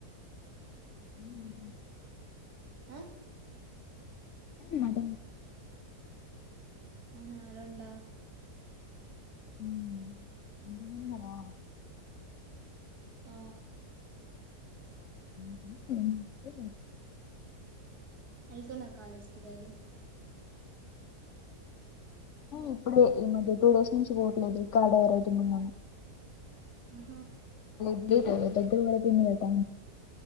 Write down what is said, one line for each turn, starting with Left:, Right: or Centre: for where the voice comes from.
Left: హ
Right: ఆ
Left: మట
Right: ఆహా రాండ్
Left: ఉమ్. బిర్యానీ కదా
Right: ఆ
Left: విడివ
Right: వెళ్తు నా కాలేజ్ కి డైలీ
Left: ఇప్పుడు ఈ మద టూస్ నుంచి పోట్లేదు ఈ కాడ వరతే మందను
Right: ఆహా
Left: దద్ద కూడా త వె టా